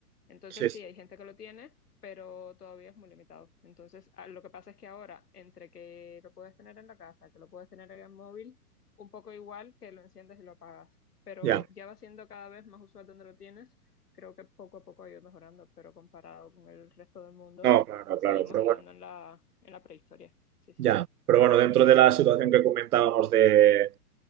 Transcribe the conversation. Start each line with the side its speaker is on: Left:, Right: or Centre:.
Left: Entonces,
Right: sí,
Left: sí,
Right: sí,
Left: hay gente que lo tiene, pero todavía es muy limitado. Entonces, ah, lo que pasa es que ahora, entre que lo puedes tener en la casa, que lo puedes tener en el móvil, un poco igual que lo enciendes y lo apagas, pero
Right: ya.
Left: ya va siendo cada vez más usual donde lo tienes creo que poco a poco ha ido mejorando, pero comparado con el resto del mundo,
Right: No, claro,
Left: seguimos
Right: claro, pero
Left: estando
Right: bueno,
Left: en la, en la prehistoria. Sí, sí.
Right: ya. Pero bueno, dentro de la situación que comentábamos de